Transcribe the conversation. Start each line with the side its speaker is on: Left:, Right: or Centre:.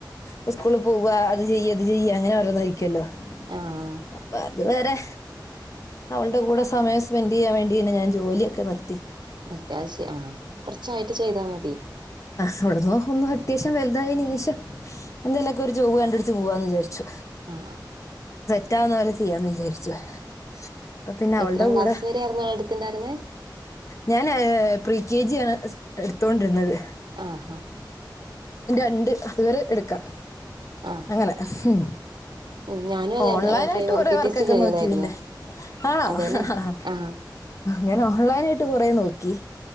Left: ഹ് സ്കൂള് പോവ അത് ചെയ്യ ഇത് ചെയ്യ അങ്ങനെ ഓരോന്നയിക്കല്ലോ തോ
Right: ആഹ്
Left: അപ്പൊ അതുവരെ അവൾടെ കൂടെ സമയം സ്പെന്റെ യ്യാൻേവേണ്ടി ആണ് ഞൻ ജോലിയൊക്ക നിർ
Right: എ റ്റാഷ് ആ കോർച്ചായിട്ട് ചെയ്താ മതി
Left: ഫുൾ ഫോഹോന്ന് ഹത്യാ ഷ്യം വൽ തായി നിം ശേഷം എന്തെലൊക്കെ ഒരു ജോബ് കണ്ടുപിടു ച്ച് പോവാന്ന് വിചാരിച്ചു
Right: ആ
Left: ട്ടാ ന്ന് പോലെ ചെയ്യാന്ന് വിചാരിച്ചു പ്പ പിന്നെ അവൾടെ
Right: എത്രാം
Left: കൂടെ
Right: ക്ലാസ് വരെ ആയിരുന്നു എടുത്തിണ്ടായിരുന്നേ
Left: ഞാനാഹ് പ്രി കെ ജി ആണ് എടുത്തോണ്ടിരുന്നത്
Right: ആഹ്
Left: ണ്ട് അതുവരെ എടുക്കാം
Right: ആഹ്
Left: അങ്ങനെ മ്
Right: ഉം ഞാനും അതെ
Left: ഓൺലൈൻ
Right: പ്രൈമറി
Left: ആയിട്ട് കൊറെ
Right: പി
Left: വർക്കൊക്കെ
Right: ടി സി കഴിഞ്ഞതായിരുന്നു
Left: നോക്കി പിന്നെ ആഹ്
Right: അതെല്ലേ
Left: ഹ് ഹ ഹ
Right: ആഹ്
Left: ഞൻ ഓൺല ഞാങ്ങട്ട് കൊറേ നോക്കി